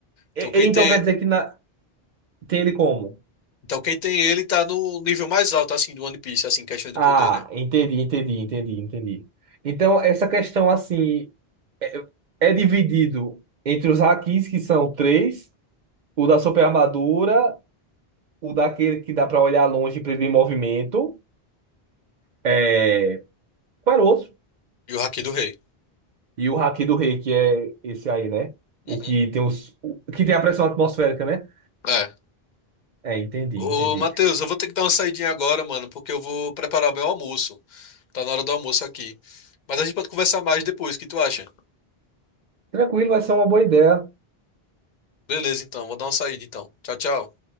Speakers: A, on the right; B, on the left.
A: E-
B: Então quem
A: e então
B: tem,
A: quer dizer que na- tem ele como?
B: então quem tem ele tá no nível mais alto, assim, do One Piece, assim, questão de
A: Ah,
B: poder, né?
A: entendi, entendi, entendi, entendi. Então, essa questão, assim, é, é dividido entre os hakis, que são três, o da super armadura o daquele que dá pra olhar longe e prever movimento. É... Qual era o outro?
B: E o Haki do Rei.
A: E o Haki do Rei, que é esse aí, né? O
B: Uhum.
A: que tem os... o que tem a pressão atmosférica, né?
B: É.
A: É, entendi,
B: Ô,
A: entendi.
B: Matheus, eu vou ter que dar uma saidinha agora, mano, porque eu vou preparar meu almoço. Tá na hora do almoço aqui. Mas a gente pode conversar mais depois, o que tu acha?
A: Tranquilo, vai ser uma boa ideia.
B: Beleza, então, vou dar uma saída então. Tchau, tchau.